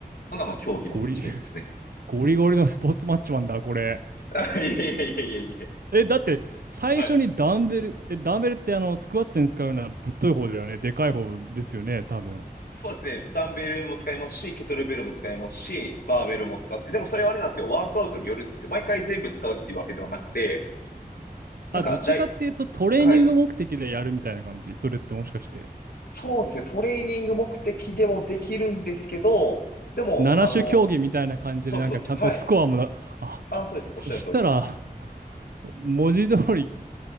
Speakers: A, on the left; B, on the right.
A: のが、まあ、競技の一面ですね。
B: んうん。ゴリ、<laughs> ゴリゴリのスポーツマッチマンだ、これ。
A: <laughs> いやいやいやいや、い
B: え、だって、最初にダンベル、
A: やはい。
B: え、ダンベルってあの、スクワットに使うのはぶっとい方だよね。でかい方ですよね、多分。
A: そうですね。ダンベルも使いますし、ケトルベルも使いますし、バーベルも使って、でもそれはあれなんですよ。ワークアウトによるんですよ。毎回全部使うっていうわけではなくて、なんか、
B: あ、どっちかっていうとトレーニング目的でやるみたいな感じ。
A: だい、はい。
B: それってもしかして。
A: そうですね。トレーニング目的でもできるんですけど、でも、
B: 7種競技みたいな感じで、
A: あの、そうそうそう、
B: なんかちゃんとスコアもな、
A: はい。
B: あ、
A: ああ、そうです。
B: そしたら、
A: おっしゃる通りだ。
B: 文字通り